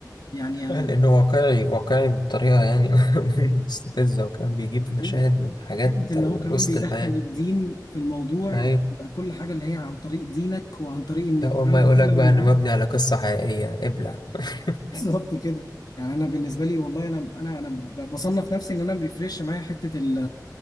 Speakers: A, on the left; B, on the left.
A: يعني انا
B: لانه واقعي واقعي بطريقه يعني <laughs> مستفزه وكان بيجيب
A: مظبوط
B: مشاهد من حاجات
A: حتة ان هو
B: وسط
A: كمان بيدخل
B: الحياه
A: الدين في الموضوع
B: اي
A: بيبقى كل حاجة اللي هي عن طريق دينك وعن طريق ان
B: لا
A: الكلام
B: اول ما يقولك
A: ده فعلا
B: بقى
A: موجود
B: انه مبني على قصه حقيقيه ابلع <laughs>
A: بالظبط كده يعني انا بالنسبه لي والله انا انا انا ب- بصنف نفسي ان انا ما بيفرقش معايا حته ال